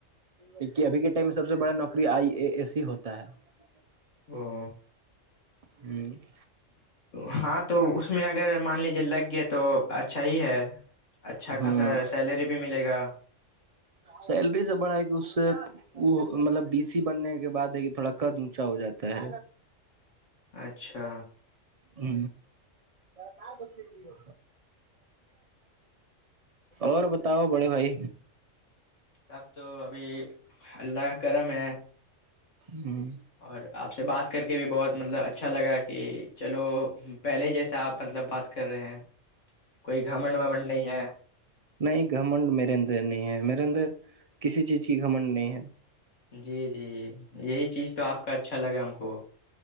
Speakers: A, on the right; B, on the left.
A: ایک کہ ابھی کے ٹائم میں سب سے بڑا نوکری آئی اے ایس ہی ہوتا ہے <inaudible>
B: <unintelligible>
A: ہوں <inaudible>
B: ہاں تو اس میں اگر مان لیجیے لگ گیا تو اچھا ہی ہے اچھا
A: ہ
B: خاصا سیلری بھی ملے گا
A: سیلری سے بڑھائے گ اس سے وہ مطلب ڈی سی بننے کے بعد ہے کہ تھوڑا قد اونچا ہو جاتا <unintelligible>
B: اچھا
A: ما کار بچے گی ہو اور بتاؤ بڑے بھائی
B: سب تو ابھی اللہ کرم ہے
A: ہوں
B: اور آپ سے بات کر کے بھی بہت مطلب اچھا لگا کہ چلو پہلے جیسے آپ مطلب بات کر رہے ہیں کوئی گھمنڈ ومنڈ نہیں ہے
A: نہیں گھمنڈ میرے اندر نہیں ہے میرے اندر کسی چیز کی گھمنڈ نہیں ہے
B: جی جی یہی چیز تو آپ کا اچھا لگا ہم کو